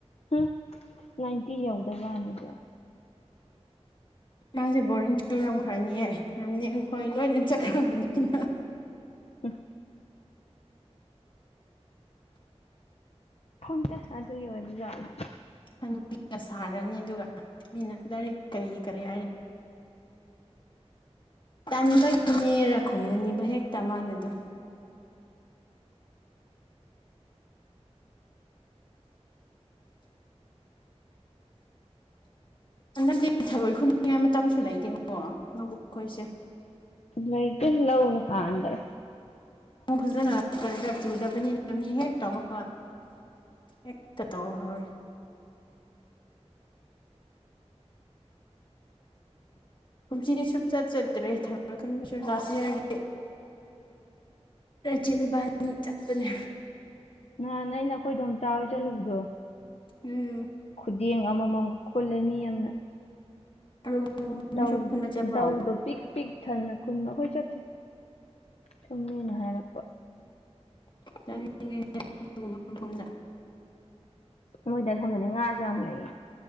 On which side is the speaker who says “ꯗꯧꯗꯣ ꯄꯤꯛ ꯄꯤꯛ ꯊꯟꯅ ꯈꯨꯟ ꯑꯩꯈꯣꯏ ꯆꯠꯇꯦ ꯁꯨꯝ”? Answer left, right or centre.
Left